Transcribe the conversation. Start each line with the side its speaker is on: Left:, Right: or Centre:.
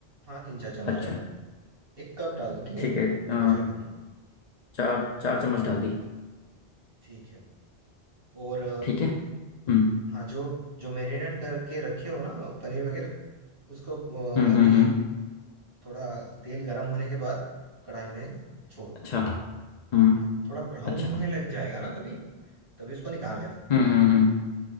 Right: हाँ तीन चार चम्मच
Left: अच्छा
Right: डाल दो एक कप डाल दो ठीक है
Left: ठीक है अ,
Right: हो जाएगा हाँ,
Left: चार चार चम्मच डाल दी
Right: ठीक है और
Left: ठीक है हम्म
Right: हाँ जो जो मैरिनेट करके रखे हो ना पनीर वगैरह उसको
Left: हम्म
Right: अ, अभी
Left: हम्म हम्म,
Right: थोड़ा तेल गर्म होने के बाद कढ़ाई में छोड़ दो
Left: अच्छा हम्म
Right: हाँ थोड़ा ब्राउन
Left: अच्छा
Right: होने लग जाएगा ना तभी तभी उसको निकाल लेना
Left: हम्म हम्म हम्म